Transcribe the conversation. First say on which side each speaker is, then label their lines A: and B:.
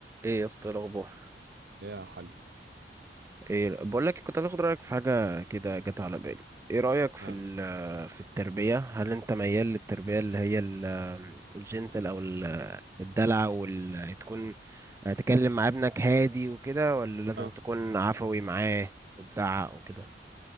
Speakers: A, on the right; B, on the right.
A: ايه يا اسطى إيه الاخبار
B: يا حاج
A: ايه بقول لك كنت هتاخد رايك في حاجه كده جت على بالي ايه رايك في
B: اه
A: ال- في التربيه هل انت ميال للتربيه اللي هي ال- الجنتل او ال- الدلع وال تكون تكلم مع ابنك هادي وكده ولا لازم
B: اه
A: تكون عفوي معاه وتزعق وكده